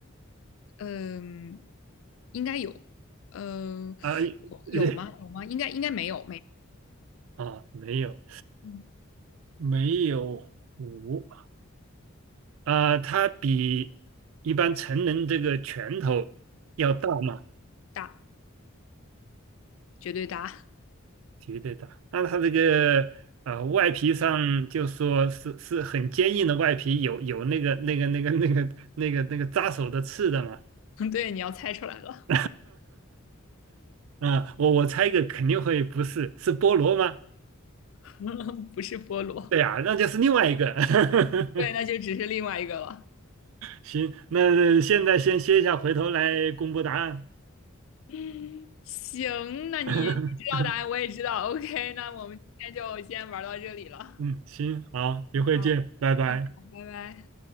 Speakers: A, on the left (about 65°); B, on the right (about 70°).
A: 嗯，应该有，嗯，
B: 啊、<laughs>
A: 有有吗？有吗？应该应该没有，没，
B: 哦，没有，
A: 嗯，
B: 没有湖。啊、它比一般成人这个拳头要大吗？
A: 大，绝对大。
B: 绝对的，那它这个啊、外皮上就说是是很坚硬的外皮，有有那个那个那个那个那个那个扎手的刺的嘛？
A: <laughs> 对，你要猜出来了，
B: <laughs> 啊，我我猜一个肯定会不是，是菠萝吗？
A: <laughs> 不是菠萝。
B: 对呀、那就是另外一个。<laughs>
A: 对，那就只是另外一个了。
B: 行，那现在先歇一下，回头来公布答案。
A: 嗯，行，那你你知道答案，
B: <laughs>
A: 我也知道。OK，那我们今天就先玩到这里了。
B: 嗯，行，好，一会见，
A: 好，
B: 拜拜。
A: 嗯，好拜拜。